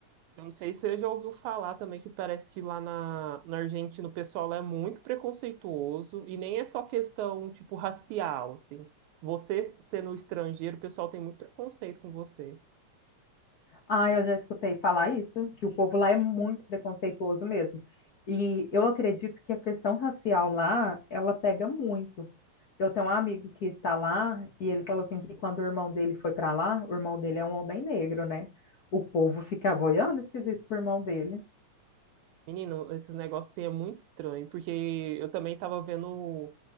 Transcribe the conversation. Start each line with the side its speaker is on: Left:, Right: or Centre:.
Right: Eu não sei se você já ouviu falar também que parece que lá na, na Argentina o pessoal lá é muito preconceituoso e nem é só questão, tipo, racial, assim. Você sendo estrangeiro, o pessoal tem muito preconceito com você.
Left: Ah, eu já escutei falar isso, que o povo lá é muito preconceituoso mesmo. E eu acredito que a questão racial lá, ela pega muito. Eu tenho um amigo que está lá e ele falou assim que quando o irmão dele foi para lá, o irmão dele é um homem negro, né? O povo ficava olhando esquisito pro irmão dele.
Right: Menino, esses negócios aí é muito estranho, porque eu também tava vendo